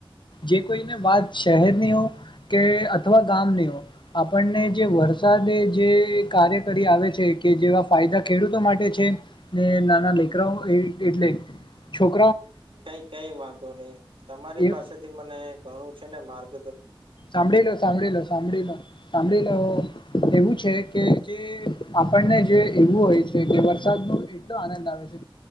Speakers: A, on the left; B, on the right.
A: જે કોઈને વાત છે. શહેરની હો કે અથવા ગામનીઓ આપણને જે વરસાદે જે કાર્ય કરી આવે છે કે જેવા ફાયદા ખેડૂતો માટે છે ને નાના લેકરાઓ એટલે, છોક
B: કઈ કઈ વાંધો નહી તમારી
A: એ
B: પાસેથી મને ઘણું છે ને માર્ગ
A: સાંભળી લો સાંભળી લો સાંભળી લો સાંભળી લો એવું છે કે જે આપણને જે એવું હોય છે કે વરસાદ ન એટલો આનંદ આવે છે